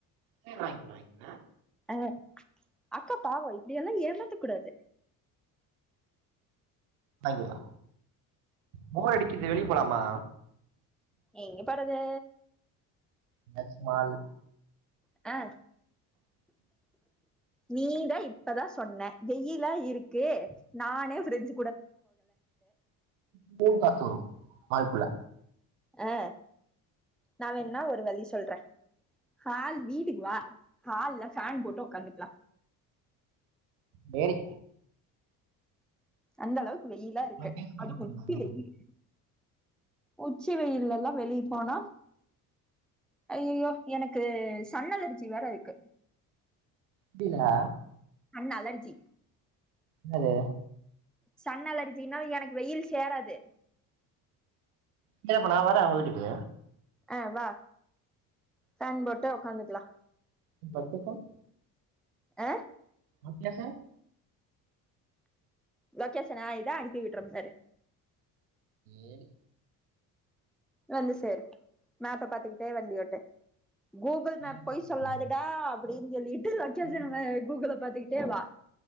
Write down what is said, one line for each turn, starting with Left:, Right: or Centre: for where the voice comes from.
Right: சேரி வாங் வாங் லா
Centre: அ அக்கா பாவோ இப்டி எல்லா ஏமாத்தா கூடாது
Right: வாங்கிற்லா போர் அடிக்குது வெளிய போலாமா
Centre: எங்கே போறது
Right: எதாச்சு மால்
Centre: அ
Right: <inaudible>
Centre: நீதா இப்பதா சொன்ன வெயிலா இருக்கு நானே ஃபிரிட்ஜ்
Right: ஃபோன் காத்து வரு மாடிக்குள்ள
Centre: அ நா வேனா ஒரு வழி சொல்றே ஹால் வீட்டுக்கு வா ஹால்ல ஃபேன் போட்டு ஒக்காந்துகலா
Right: பேடி
Centre: அந்த அளவுக்கு வெயிலா இருக்கு
Right: லொகேஷன்
Centre: அதுவு
Right: அனுப்பி விடுங்க
Centre: உச்சி
Right: வந்துர்றே
Centre: வெயிலு உச்சி வெயில்ல ல்லா வெளி போனா அய்யயோ எனக்கு சன் அலர்ஜி வேற இருக்கு
Right: புரியல டா
Centre: அண் அலர்ஜி
Right: ன்னாது
Centre: சன் அலர்ச்ஜின்னா எனக்கு வெய்யில் சேராது
Right: எங்கடா போலா அவெ வரே ஓ வீட்டுக்கு
Centre: ஆ வா ஃபோன் போட்டு உக்காந்துக்காலம்
Right: பத்தே கால்
Centre: ஆஹ்
Right: அப்டிய சார்
Centre: லொக்கேஷனா இதெ அனூப்பி விட்றோ பாரு
Right: ஏண்டி
Centre: வந்து சேரு மேப்ப பாத்துக்கிட்டே வண்டி ஓட்டு கூகுள்
Right: வேல
Centre: மேப்
Right: பாக்க
Centre: பொய்
Right: போலா
Centre: சொல்லாதுடா அப்படின் சொல்லிட்டு லொக்கேஷன்
Right: வேல
Centre: கூகுள பாத்துக்கிட்டே வா